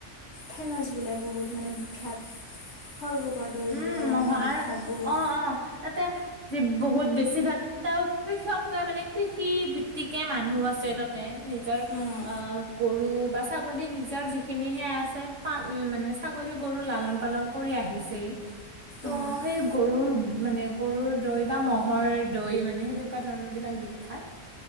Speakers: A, on the left; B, on the right.
A: ফেমাছ বোলে বহুত মানে বিখ্যাত। সৰভোগৰ দৈ
B: উম,
A: বুলি ক'লে
B: মহৰ
A: মানে বিখ্যাত
B: আৰু
A: বহুত।
B: অ' অ' তাতে যি বহুত বেছিভাগ ত কৃষকে মানে কৃষি ভিত্তিকে মানুহ আছে। তাতে, নিজৰ
A: উম,
B: অ' গৰু বা ছাগলী নিজৰ যিখিনি সেয়া আছে পাল মানে ছাগলী গৰু লালন-পালন কৰি আহিছেই। ত'
A: উম,
B: সেই গৰুৰ মানে গৰুৰ দৈ বা ম'হৰ দৈ মানে সেনে কুৱা ধৰণৰ বিলাক বিখ্যাত।